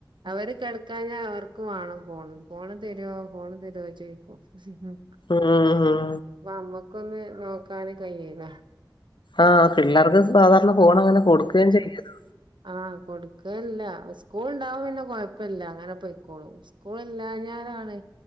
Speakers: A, on the right; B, on the left.
A: അവര് കട <unintelligible> അവർക്കും വേണം ഫോൺ ഫോണ് തരുവോ ഫോണ് തരുവോ ചോയിക്കോ ഉം
B: ഉം ഉം.
A: അപ്പൊ അമ്മക്കൊന്ന് നോക്കാന് കഴിയീല്ല
B: ആഹ് പിള്ളേർക്ക് സാധാരണ ഫോൺ അങ്ങനെ കൊടുക്കയും ചെയ്യരുത്
A: ആഹ് കൊടുക്കുകല്ല സ്കൂൾ ഉണ്ടാവ പിന്നെ കൊയപ്പില്ല അങ്ങനെ പോയിക്കോളൂ സ്കൂളില്ലാഞാലാണ്